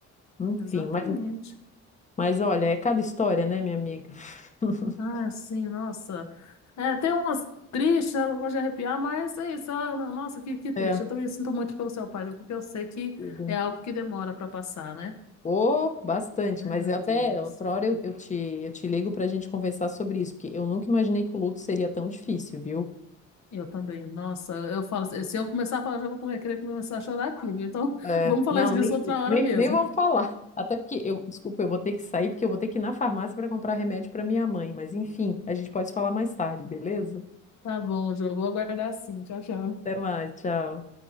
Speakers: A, on the left; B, on the left.
A: Enfim,
B: exatamente.
A: mas, mas olha, é cada história, né, minha amiga? <laughs>
B: Ah, sim, nossa. É, tem umas tristes, né? Não de arrepiar, mas é isso. Ah, Nossa, que, que triste.
A: É.
B: Eu também sinto muito pelo seu pai, viu? porque eu sei que
A: tudo.
B: é algo que demora pra passar, né?
A: Oh, bastante,
B: Meu
A: mas eu até
B: Deus.
A: outra hora eu, eu te, eu te ligo para a gente conversar sobre isso, porque eu nunca imaginei que o luto seria tão difícil, viu?
B: Eu também. Nossa, eu falo, assim, se eu começar a falar, já vou comer- querer começar a chorar aqui, viu? Então, <laughs>
A: É,
B: vamos falar
A: não,
B: isso disso
A: nem,
B: outra hora
A: nem,
B: mesmo.
A: nem vamos falar. Até porque eu, desculpa, eu vou ter que sair porque eu vou ter que ir na farmácia para comprar remédio para minha mãe. Mas enfim, a gente pode falar mais tarde, beleza?
B: Tá bom, Jô, vou aguardar sim. Tchau, tchau.
A: Até mais, tchau.